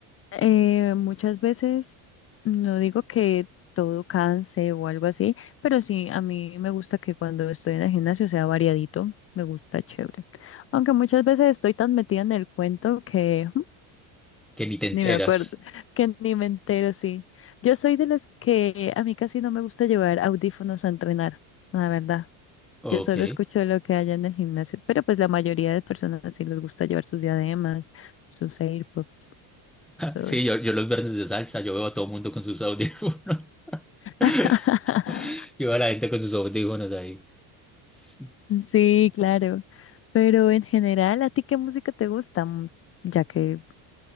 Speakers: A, on the left; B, in the centre.
A: eh, muchas veces no digo que todo canse o algo así, pero sí a mí me gusta que cuando estoy en el gimnasio sea variadito, me gusta chévere. Aunque muchas veces estoy tan metida en el cuento que <laughs> mm,
B: que ni te enteras.
A: ni me acuerdo, <laughs> que ni me entero, sí. Yo soy de las que a mí casi no me gusta llevar audífonos a entrenar, la verdad.
B: Ok.
A: Yo solo escucho lo que haya en el gimnasio, pero pues la mayoría de personas sí les gusta llevar sus diademas, sus AirPods, todo
B: Sí,
A: eso.
B: yo, yo los viernes de salsa, yo veo a todo el mundo con sus audífonos. <laughs>
A: <laughs>
B: Yo veo a la gente con sus audífonos ahí. Sí.
A: Sí, claro. Pero en general, ¿a ti qué música te gusta? Mm, Ya que